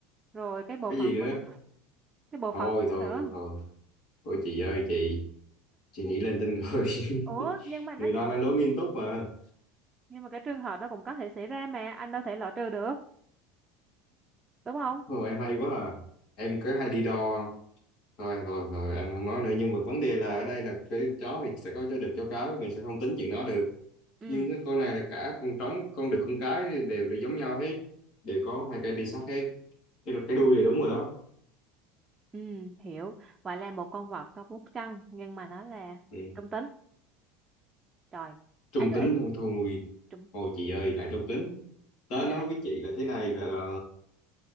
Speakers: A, on the right; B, on the left.
A: rồi cái bộ
B: cái
A: phận
B: gì nữa
A: của nó. Cái bộ
B: thôi
A: phận của
B: thôi
A: nó nữa.
B: thôi thôi thôi chị ơi chị chị nghĩ lên tinh rồi
A: Ủa,
B: <laughs>
A: nhưng mà nó
B: người ta
A: sẽ
B: đang đố nghiêm túc mà
A: nhưng mà cái trường hợp đó cũng có thể xảy ra mà anh đâu thể loại trừ được, đúng không?
B: thôi em hay quá à em có hay đi đo không thôi thôi thôi em không nói nữa nhưng mà vấn đề là ở đây là cái chó thì sẽ có chó được chó cái mình sẽ không tính chuyện đó được
A: Ừ,
B: nhưng cái con này là cả con trống con đực con cái đều đều giống nhau hết đều có hai cây đi sát hết tức là cái đuôi này đúng rồi đó
A: ừ, hiểu. Vậy là một con vật có bốn chân nhưng mà nó là
B: ừ.
A: trung tính. Trời, anh
B: trung
A: gợi
B: tính thôi thôi
A: trung.
B: thôi chị ơi lại trung tính tớ
A: <laughs>
B: nói với chị là thế này là là